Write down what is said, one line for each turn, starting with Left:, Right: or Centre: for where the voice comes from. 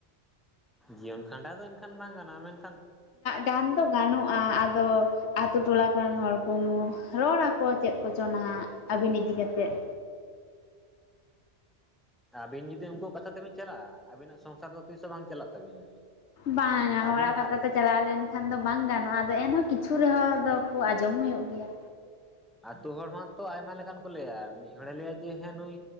Centre: ᱡᱤᱭᱚᱱ ᱠᱷᱟᱸᱰᱟᱣ ᱫᱚ ᱮᱱᱠᱷᱟᱱ ᱵᱟᱝ ᱜᱟᱱᱚᱜᱼᱟ ᱢᱮᱱᱠᱷᱟᱱ ᱟᱵᱮᱱ
Left: ᱜᱟᱱ ᱫᱚ ᱜᱟᱱᱚᱜᱼᱟ ᱟᱫᱚ ᱟᱛᱳ ᱴᱚᱞᱟ ᱠᱚᱨᱮᱱ ᱦᱚᱲ ᱠᱚ ᱨᱚᱲᱟᱠᱚ ᱪᱮᱫ ᱠᱚᱪᱚ ᱱᱟᱦᱟᱸᱜ ᱟᱹᱵᱮᱱ ᱤᱫᱤ ᱠᱟᱛᱮᱫ
Centre: ᱟᱵᱮᱱ ᱡᱩᱫᱤ ᱩᱱᱠᱩᱣᱟᱜ ᱠᱟᱛᱷᱟ ᱛᱮᱵᱮᱱ ᱪᱟᱞᱟᱜᱼᱟ ᱟᱹᱵᱤᱱᱟᱜ ᱥᱚᱝᱥᱟᱨ ᱫᱚ ᱛᱤᱥ ᱦᱚᱸ ᱵᱟᱝ ᱪᱟᱞᱟᱜ ᱛᱟᱹᱵᱤᱱᱟ
Left: ᱵᱟᱝᱟ
Centre: ᱟᱹᱵᱤᱱ
Left: ᱦᱚᱲᱟᱜ ᱠᱷᱟᱛᱷᱟ ᱛᱮ ᱪᱟᱞᱟᱣ ᱞᱮᱱᱠᱷᱟᱱ ᱫᱚ ᱵᱟᱝ ᱜᱟᱱᱚᱜᱼᱟ ᱟᱫᱚ ᱮᱱᱦᱚᱸ ᱠᱤᱪᱷᱩ ᱨᱮᱦᱚᱸ ᱫᱚᱠᱚ ᱟᱸᱡᱚᱢ ᱦᱩᱭᱩᱜ ᱜᱮᱭᱟ
Centre: ᱟᱛᱳ ᱦᱚᱲ ᱢᱟᱛᱚ ᱟᱭᱢᱟ ᱞᱮᱠᱟᱱ ᱠᱚ ᱞᱟᱹᱭᱟ ᱢᱤᱫ ᱦᱚᱲᱮ ᱞᱟᱹᱭᱟ ᱡᱮ ᱦᱮᱸ ᱱᱩᱭ